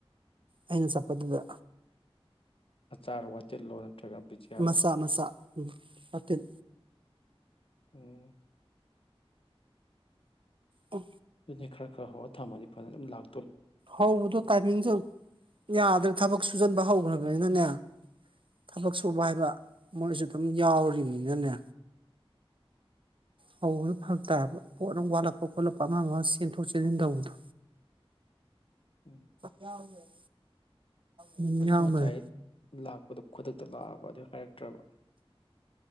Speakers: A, on the right; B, on the left.
A: ꯑꯩꯅ ꯆꯠꯄꯗꯨꯗ
B: ꯑꯆꯥꯔꯣ ꯋꯥꯇꯤꯜꯂꯣ ꯅꯠꯇ꯭ꯔꯒ ꯕꯤꯖꯤꯌꯥꯔꯣ
A: ꯃꯆꯥ ꯃꯆꯥ ꯎꯝ ꯃꯇꯤꯟ
B: ꯎꯝ
A: ꯑꯣ
B: ꯑꯗꯨꯅꯦ ꯈꯔ- ꯈꯔ ꯍꯔꯒ ꯊꯝꯃꯗꯤ ꯐꯗꯧꯅꯦ ꯑꯗꯨꯝ ꯂꯥꯛ
A: ꯍꯥꯎꯕꯗꯨ ꯇꯥꯏꯃꯤꯖꯨ ꯌꯥꯗ꯭ꯔꯦ ꯊꯕꯛꯁꯨ ꯁꯨꯖꯟꯕ ꯍꯧꯈ꯭ꯔꯕꯅꯤꯅꯅꯦ ꯊꯕꯛ ꯁꯨꯕ ꯍꯥꯏꯕ ꯃꯣꯏꯁꯨ ꯑꯗꯨꯝ ꯌꯥꯎꯔꯤꯕꯅꯤꯅꯅꯦ ꯍꯧꯕꯗꯨ ꯐꯔꯛꯇꯥꯕ ꯄꯣꯠ ꯑꯃ ꯋꯥꯠꯂꯛꯄ -ꯈꯣꯠꯂꯛꯄ ꯑꯃ- ꯑꯃ ꯆꯦꯟꯊꯣꯛ ꯆꯦꯟꯁꯤꯟ ꯇꯧꯕꯗꯣ
B: ꯎꯝ
A: ꯌꯥ ꯂꯩ ꯎꯝ
B: ꯑꯩꯈꯣꯏꯁꯨ
A: ꯌꯥꯎꯗꯣꯏꯅꯦ
B: ꯉꯁꯥꯏ ꯂꯥꯛꯄꯗꯣ ꯈꯨꯗꯛꯇ ꯂꯥꯛ ꯑꯕ ꯑꯗꯨ ꯇꯔꯕꯣ